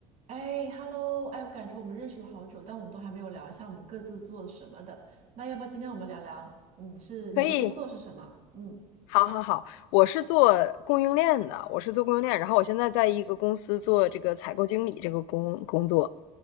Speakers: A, on the right; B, on the left.
A: 哎，Hello，哎，我感觉我们认识了好久，但我们都还没有聊一下我们各自做什么的。那要不今天我们聊聊，你是你的工作是什么？
B: 可以，
A: 嗯，
B: 好好好，我是做供应链的，我是做供应链，然后我现在在一个公司做这个采购经理这个工工作。